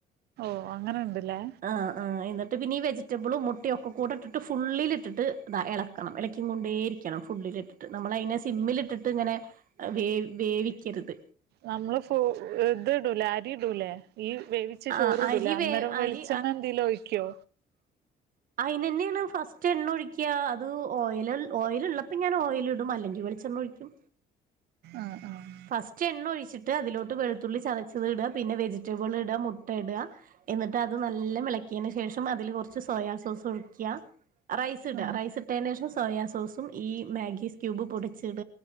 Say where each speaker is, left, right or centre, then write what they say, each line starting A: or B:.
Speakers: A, on the right; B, on the right.
A: ഓ അങ്ങനെണ്ട്ല്ലേ
B: ആ ആ എന്നിട്ട് പിന്നെഈ വെജിറ്റബിളുംമുട്ടയൊക്കെകൂടെട്ടിട്ട് ഫുള്ളിൽട്ടിട്ട് ഇതാ എളക്കണം ഇളക്കി കൊണ്ടേരിക്കും ക്കണം ഫുളിലിട്ടിട്ട് നമ്മളയിനെ സിമ്മിലിട്ടിട്ട്ങ്ങനെ വേ വേവിക്കരുത്
A: നമ്മള്ഫു ഇതുടൂലെ അരിടൂലേഈ വേവി ച്ച
B: ആ
A: ചോറൂടുലെ
B: അരി
A: അന്നേരംവെളിച്ചെണ്ണലെന്തേലുംഒയ്ക്കോ
B: വേ അരി അയിന്ന്നെയാണ്ഫസ്റ്റ്എണ്ണ ഒയിക്ക്യഅത്ഓയിൽ ഓയിലി ള്ളപ്പോ ഞാൻ ഓയിലിടും അല്ലെങ്കി വെളി ച്ചണ്ണോഴിക്കും
A: ആഹ് ആഹ്
B: ഫസ്റ്റ്എണ്ണഒഴിച്ചിട്ട് അതിലോട്ട് വെളുത്തുള്ളി ചതച്ചതിട പിന്നെ വെജിറ്റബിളിടാമുട്ടടാ എന്നിട്ട്അത് നല്ലവെളക്കിയന് ശേഷംഅതില് കൊറച്ച് സോയാ സോസ്ഒഴിക്ക റൈസ്ഇട
A: ഉം
B: റൈസ് ഇട്ടയിനേഷം സോയാസോസുംഈമാഗിസ്ക്യൂബ് പൊടിച്ചീട